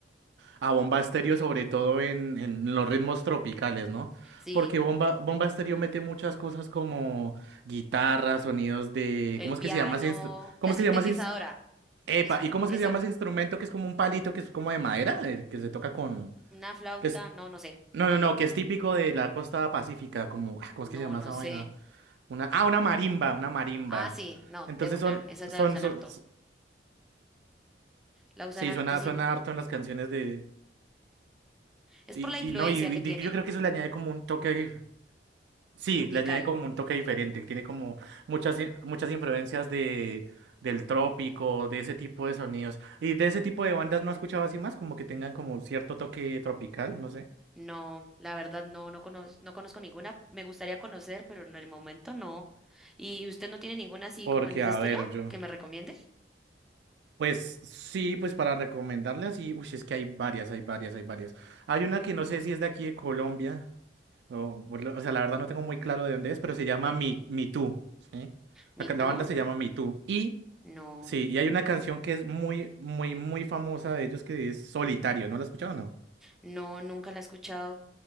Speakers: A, on the right; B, in the centre.
A: A Bomba Estéreo, sobre todo en, en los ritmos tropicales, ¿no?
B: Sí,
A: Porque Bomba, Bomba Estéreo mete muchas cosas como guitarras, sonidos de.
B: el
A: ¿Cómo es
B: piano,
A: que se llama ese instru- ¿Cómo
B: la
A: es
B: sintetizadora,
A: que se llama ese ins- Epa,
B: esa,
A: ¿y cómo es
B: esa,
A: que se llama ese instrumento que es como un palito que es como de madera? eh, que se toca con.
B: una flauta,
A: Que es...
B: no, no sé.
A: No, no,
B: Mm,
A: no, que es típico
B: mm,
A: de la costa pacífica, como. ah, ¿Cómo
B: No,
A: es que se llama
B: no
A: esa
B: sé.
A: vaina? Una... Ah, una marimba, una marimba.
B: Ah, sí, no,
A: Entonces
B: de una,
A: son,
B: esas
A: son,
B: la usan
A: son,
B: harto. La usan
A: sí,
B: hartísimo.
A: suena, suena harto en las canciones de.
B: Es
A: Y,
B: por la influencia
A: y no, y,
B: que tiene
A: y yo creo que eso le añade como un toque ahí Sí,
B: tropical.
A: le añade como un toque diferente, que tiene como muchas, i- muchas influencias de, del trópico, de ese tipo de sonidos. Y de ese tipo de bandas no he escuchado así más, como que tengan como cierto toque tropical, no sé.
B: No, la verdad no, no conozco, no conozco ninguna. Me gustaría conocer, pero en el momento no. ¿Y usted no tiene ninguna así
A: Porque,
B: como en ese
A: a
B: estilo
A: ver, yo,
B: que me recomiende?
A: pues sí, pues para recomendarle así, uy, es que hay varias, hay varias, hay varias. Hay una que no sé si es de aquí de Colombia, o, por lo- o sea, la verdad no tengo muy claro de dónde es, pero se llama Mi, Mi Tú, ¿sí?
B: ¿Me
A: La, ca-
B: Too?
A: la banda se llama Mi Y
B: No,
A: Sí, y hay una canción que es muy, muy, muy famosa de ellos que es Solitario, ¿no la has escuchado o no?
B: no, nunca la he escuchado.